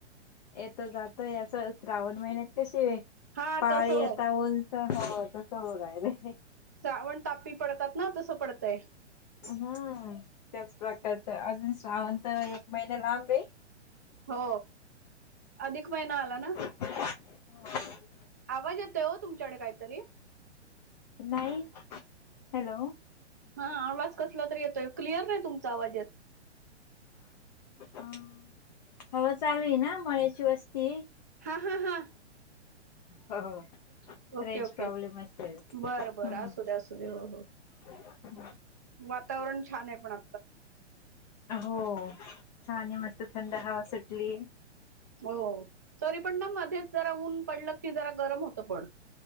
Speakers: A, on the left (about 35°); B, on the right (about 15°).
A: येतो जातोय असं श्रावण महिन्यात तशे
B: हा
A: <unintelligible> काय
B: तसं
A: आहे
B: होय
A: आता ऊन पण हो तसं बघायले.
B: श्रावण ताप्ती पडतात ना तसं पडतंय.
A: हम्म त्याच प्रकारचं अजून श्रावण त एक महिना लांबे.
B: हो अधिक महिना आला ना?
A: <unintelligible> हा.
B: आवाज येतोय ओ तुमच्याकडे काय तरी.
A: नाही हॅलो.
B: हां आवाज कसला तरी येतोय‌, क्लियर नाही तुमचा आवाज येत.
A: अ हवा चालली ना, मळ्याची वस्ती.
B: हा हा हा.
A: हो हो हो.
B: ओके
A: रेंज
B: ओके,
A: प्रॉब्लेम असेल
B: बरं
A: हम्म
B: बरं आसुदे आसुदे हो हो.
A: <inaudible>
B: वातावरण छान हाय पण आ
A: हो, छाने मस्त थंड हवा सुटलीये.
B: हो ओ, तरीपण ना मध्येच जरा ऊन पडलं की जरा गरम होतं पण.